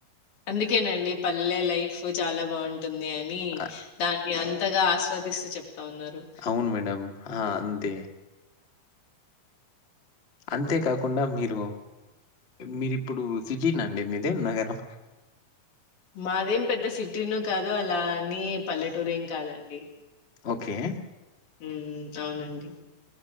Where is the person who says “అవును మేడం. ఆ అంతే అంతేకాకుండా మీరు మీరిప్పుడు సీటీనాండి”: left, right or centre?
Left